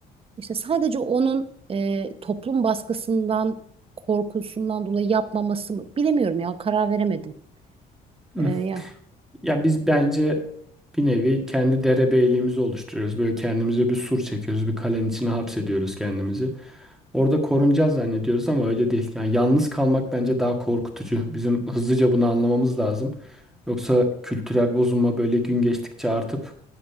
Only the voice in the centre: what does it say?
Hı.
Ya biz bence bir nevi kendi derebeyliğimizi oluşturuyoruz. Böyle kendimize bir sur çekiyoruz. Bir kalenin içine hapsediyoruz kendimizi. Orada korunacağız zannediyoruz ama öyle değil. Yani yalnız kalmak bence daha korkutucu. Bizim hızlıca bunu anlamamız lazım. Yoksa kültürel bozulma böyle gün geçtikçe artıp